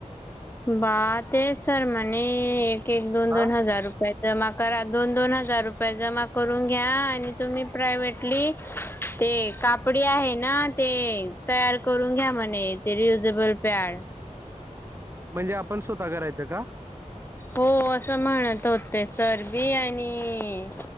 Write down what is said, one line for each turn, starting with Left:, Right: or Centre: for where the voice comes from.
Left: बा ते आहे सर म्हणे एक एक दोन
Right: हा?
Left: दोन हजार रुपये जमा करा दोन दोन हजार रुपये जमा करून घ्या आणि तुम्ही प्रायव्हेटली ते कापडी आहे ना ते तयार करून घ्या म्हणे ते रियुजेबल पॅड
Right: म्हणजे आपण स्वतः करायचं का?
Left: हो असं म्हणत होते सरजी आणि